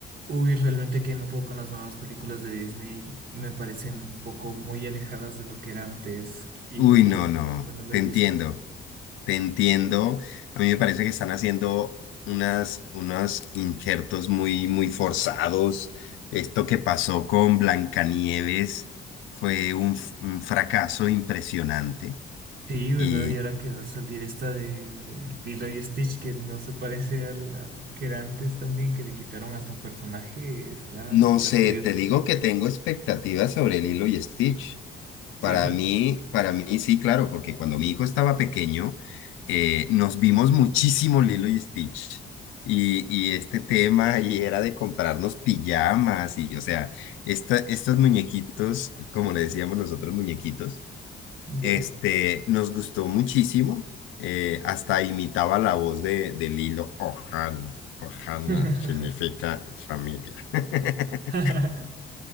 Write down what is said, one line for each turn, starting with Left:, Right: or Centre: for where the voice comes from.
Right: Uy, realmente que no puedo con las nuevas películas de Disney, me parecen un poco muy alejadas de lo que era antes y
Left: Uy, no, no,
Right: bueno, me
Left: te
Right: gustan.
Left: entiendo, te entiendo. A mí me parece que están haciendo unas, unos injertos muy, muy forzados. Esto que pasó con Blancanieves fue un, f- un fracaso impresionante.
Right: Sí, ¿verdad?
Left: Y
Right: Y ahora que va a salir esta de, de Lilo y Stitch que no se parece al, al que era antes también, que le quitaron hasta un personaje, está,
Left: no
Right: está
Left: sé,
Right: curioso.
Left: te digo que tengo expectativas sobre Lilo y Stitch.
Right: Sí,
Left: Para mí, para mí sí, claro, porque cuando mi hijo estaba pequeño, eh, nos vimos muchísimo Lilo y Stitch. Y, y este tema y era de comprarnos pijamas y, o sea, esta, estos muñequitos, como le decíamos nosotros, muñequitos, este,
Right: ya.
Left: nos gustó muchísimo. eh, hasta imitaba la voz de, de Lilo. Ohana. Ohana
Right: <laughs>
Left: significa familia. <laughs>
Right: <laughs>